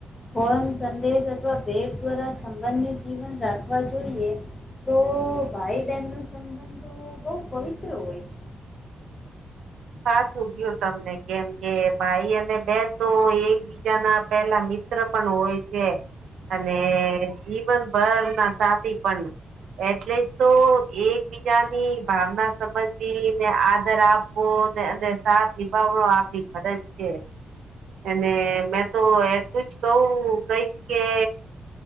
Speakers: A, on the left; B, on the right.
A: ફોન સંદેશ અથવા ભેટ દ્વારા સંબંધની જીવન રાખવા જોઈએ તો ભાઈ બહેનનું તો બહુ પવિત્ર હોય છે
B: સાચું ગયું તમને કેમ કે ભાઈ અને બેન તો એક બીજા ના પેલા મિત્ર પણ હોય છે અને જીવનભર ના સાથી પણ એટલે જ તો એકબીજાની ભાવના સમજવી ને આધર આપ અને સાથ નિભાવો આપણી ફરજ છે અને મેં તો એટલું જ કહું કઈ કે